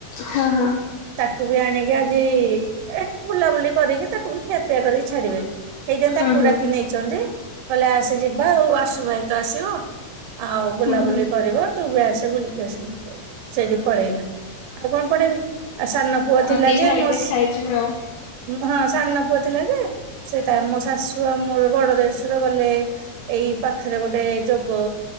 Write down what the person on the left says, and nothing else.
ହଁ, ହଁ।
ହଁ
ହୁଁ ହୁଁ
ହୁଁ ହୁଁ।
ଆଉ
ଦି
ଭାଇ
ଦେଖା
ହେଇଯିବେ ଆଉ।